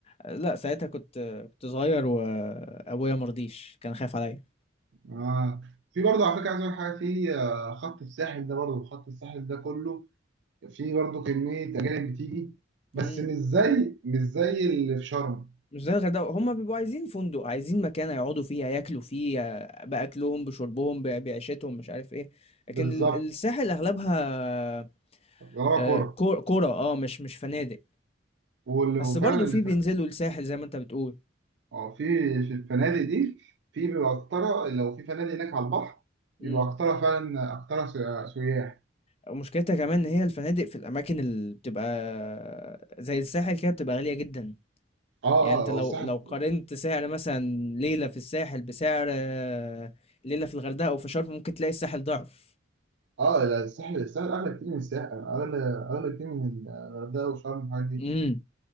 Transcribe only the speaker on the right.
اه في برضه على فكره عايز اقول حاجه في آه، خط الساحل ده برضه خط الساحل ده كله في برضه كميه اجانب بتيجي بس
مش زي مش زي اللي في شرم
بالظبط
غرابة
كورة
وال-
وفعلا
الف...
اه في في الفنادق دي في بيبقى أكتر لو في فنادق هناك على البحر بيبقى
أكتر فعلا أكتر سي- سياح
اه
اه
هو الساحل
اه لا الساحل الساحل أغلى كتير من الساحل أغلى أغلى كتير من الغردقة وشرم والحاجات
دي